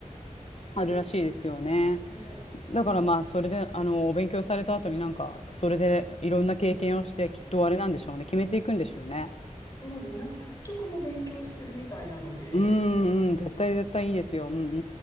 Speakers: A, on the left; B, on the left.
A: なん
B: あるらしいですよね。
A: で
B: だからまあ、それで、あの、お勉強された後になんか、それでいろんな経験をして、きっとあれなんでしょうね、決めていくんでしょうね。
A: そうです。なんか作曲も勉強してるみたいなので、
B: うん、うん、絶対絶対いいですよ。うん、う